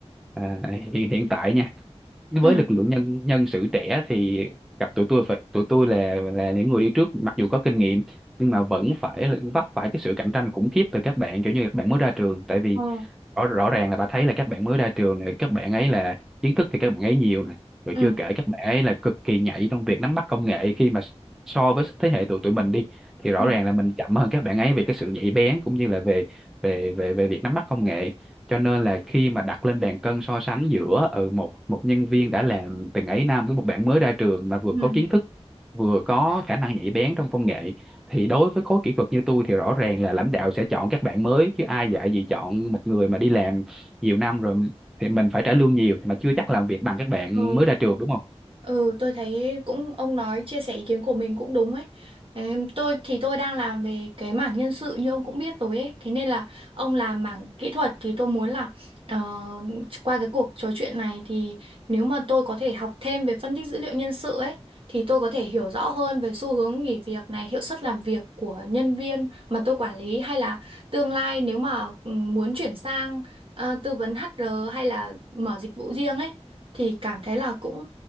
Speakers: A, in the centre; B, on the right.
A: à, hiện hiện tại nha với
B: ừ
A: lực lượng nhân nhân sự trẻ thì gặp tụi tôi phải tụi tôi là là những người đi trước mặc dù có kinh nghiệm nhưng mà vẫn phải là vấp phải cái sự cạnh tranh khủng khiếp từ các bạn kiểu như các bạn mới ra trường tại vì
B: ờ
A: rõ rõ ràng là bà thấy là các bạn mới ra trường này các bạn ấy là kiến thức thì các bạn ấy nhiều này rồi
B: ừ
A: chưa kể các bạn ấy là cực kỳ nhạy trong việc nắm bắt công nghệ khi mà so với thế hệ tụi tụi mình đi thì rõ
B: ừ
A: ràng là mình chậm hơn các bạn ấy về cái sự nhạy bén cũng như là về về về về việc nắm bắt công nghệ cho nên là khi mà đặt lên bàn cân so sánh giữa ừ, một một nhân viên đã làm từng ấy năm với một bạn mới ra trường mà vừa
B: ừ
A: có kiến thức vừa có khả năng nhạy bén trong công nghệ thì đối với khối kỹ thuật như tôi thì rõ ràng là lãnh đạo sẽ chọn các bạn mới chứ ai dạy gì chọn một người mà đi làm nhiều năm rồi thì mình phải trả lương nhiều mà chưa chắc làm việc bằng các bạn
B: Ừ.
A: mới ra trường đúng không
B: Ừ, tôi thấy cũng ông nói chia sẻ ý kiến của mình cũng đúng ấy. Em, tôi thì tôi đang làm về cái mảng nhân sự như ông cũng biết rồi ấy. Thế nên là ông làm mảng kỹ thuật thì tôi muốn là ờ, qua cái cuộc trò chuyện này thì nếu mà tôi có thể học thêm về phân tích dữ liệu nhân sự ấy thì tôi có thể hiểu rõ hơn về xu hướng nghỉ việc này, hiệu suất làm việc của nhân viên mà tôi quản lý hay là tương lai nếu mà ừ, muốn chuyển sang ờ, tư vấn HR hay là mở dịch vụ riêng ấy thì cảm thấy là cũng